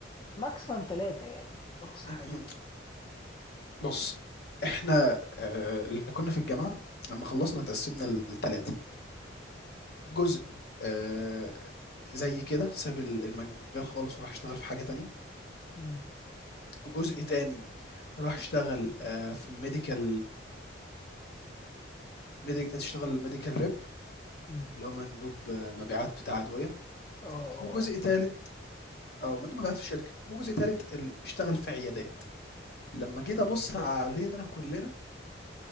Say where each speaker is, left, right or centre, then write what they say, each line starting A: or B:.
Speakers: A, on the left (about 25°); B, on the left (about 50°).
A: ماكسيمم ثلاثة يعني أقصى
B: <laughs>
A: حاجة
B: بُص، إحنا آآ اللي كُنّا في الجامعة لمّا خلّصنا اتقسّمنا ل3، جزء
A: مم.
B: آآ زي كده ساب ال المجال خالص وراح اشتغل في حاجة تانية،
A: مم.
B: وجزء تاني راح اشتغل آآ في medical medi اشتغل medical rep
A: مم.
B: اللي هو مندوب آه، مبيعات بتاع أدوية،
A: اه اه آه.
B: وجزء تالت آه، مندوب مبيعات في شركة، وجزء تالت ال اشتغل في عيادات. لمّا جيت أبُص علينا كُلّنا